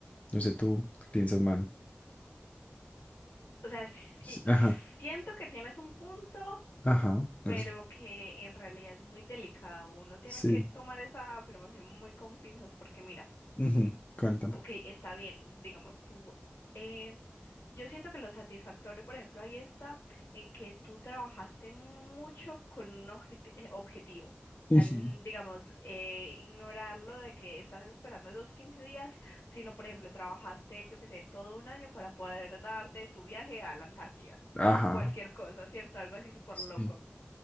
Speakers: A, on the left (about 35°); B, on the left (about 85°).
A: No sé, tú qué piensas, man.
B: O sea,
A: Sí,
B: sí-
A: Ajá,
B: siento que tienes un punto,
A: ajá. es-
B: pero que en realidad es muy delicado. Uno tiene
A: Sí.
B: que tomar esa afirmación muy con pinzas porque mira,
A: ujú, Cuéntame.
B: Ok, está bien, digamos tú. eh, yo siento que lo satisfactorio, por ejemplo, ahí está en que tú trabajaste mucho con un objet- eh, objetivo. O
A: Ujú,
B: sea, n- digamos, eh, ignorar lo de que estás esperando esos 15 días, sino, por ejemplo, trabajaste, yo qué sé, todo un año para poder darte tu viaje a la Antártida.
A: Ajá.
B: Cualquier cosa, ¿cierto? Algo así súper
A: Sí.
B: loco.